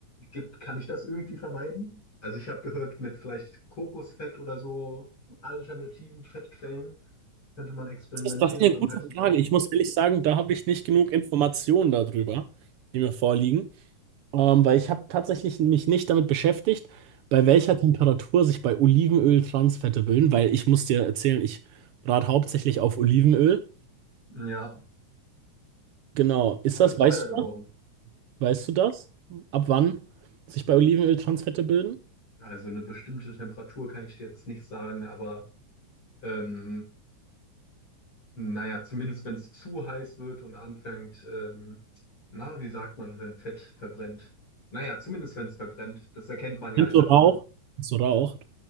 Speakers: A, on the left; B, on the right.
A: Gibt, kann ich das irgendwie vermeiden? Also ich habe gehört, mit vielleicht Kokosfett oder so alternativen Fettquellen könnte man experimentieren
B: Das ist, das ist eine
A: beim
B: gute
A: heißen Braten.
B: Frage. Ich muss ehrlich sagen, da habe ich nicht genug Informationen darüber, die mir vorliegen, ähm, weil ich habe tatsächlich mich nicht damit beschäftigt, bei welcher Temperatur sich bei Olivenöl Transfette bilden, weil ich muss dir erzählen, ich brate hauptsächlich auf Olivenöl.
A: Ja.
B: Genau. Ist
A: Es
B: das,
A: ist teuer
B: weißt
A: geworden.
B: du das? Weißt du das? Ab wann sich bei Olivenöl Transfette bilden?
A: Also eine bestimmte Temperatur kann ich dir jetzt nicht sagen, aber ähm, naja, zumindest wenn es zu heiß wird und anfängt, ähm, na, wie sagt man, wenn Fett verbrennt? Naja, zumindest wenn es verbrennt. Das erkennt man ja
B: Wenn
A: in
B: es so
A: der
B: raucht,
A: Pfanne.
B: wenn es so raucht,